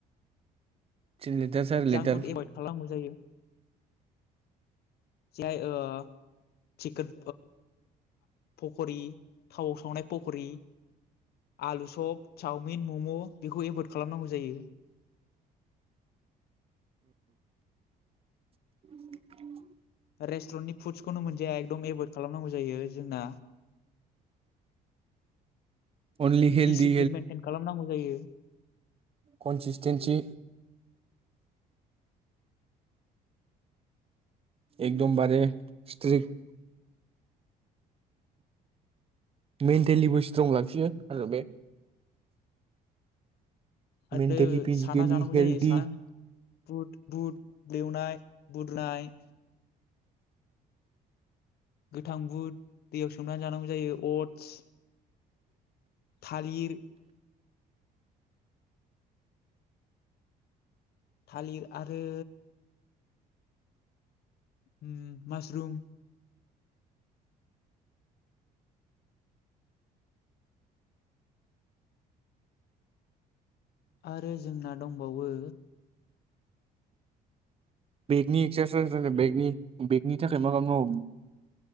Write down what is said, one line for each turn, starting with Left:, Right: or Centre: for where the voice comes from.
Right: तिन लिटार सारि लिटार
Left: जांक फुड एभयद खालामांगौ जायो। जाय ओ चिकेन पकरि थावाव सावनाय पकरि आलु सप चावमिन मम' बेखौ एभयड खालामनांगौ जायो।
Right: <unintelligible>
Left: रेस्ट्रननि फुडस खौनो मोनजाया एकदम एभयद खालामनांगौ जायो जोंना
Right: अनलि हेलदि
Left: दिसिप्लिन मेइेनटेन खालामनांगौ जायो
Right: कनस्टिटेन्सि एकदमबारे स्ट्रिक मेन्टेलिबो स्ट्रं लाखियो आरो बे
Left: आरो
Right: मेन्टेलि फिजिकेलि
Left: साना जानांगौ
Right: हेल्दि
Left: जायो सान बुट बुट बेवनाय बुदनाय गोथां बुट दैयाव सोमना जानांगौ जायो अटस थालिर थालिर आरो उम मासरुम आरो जोंना दंबावो
Right: बेगनि एक्सारसाइस रायलाय बेगनि बेगनि थाखाय मा मा मावो